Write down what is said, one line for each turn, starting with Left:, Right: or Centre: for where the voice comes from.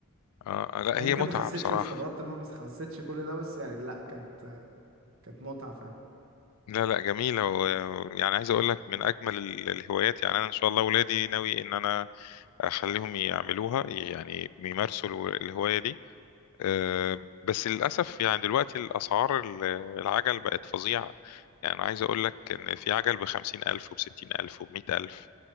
Left: آه لا
Right: ما
Left: هي
Right: يمكن
Left: متعة
Right: ما خسيتش
Left: بصراحة
Right: واستغربت ان انا ما خسيتش كل ده بس يعني لا كانت كانت متعه فعلا
Left: لا لا جميل هو يعني عايز اقول لك من اجمل ال- الهوايات يعني انا ان شاء الله ولادي ناوي ان انا اخليهم يعملوها يعني يمارسوا ال- الهوايه دي أه، بس للاسف يعني دلوقتي الاسعار ال- العجل بقت فظيعه يعني أنا عايز اقول لك ان في عجل بخمسين الف وبستين الف وبمئة الف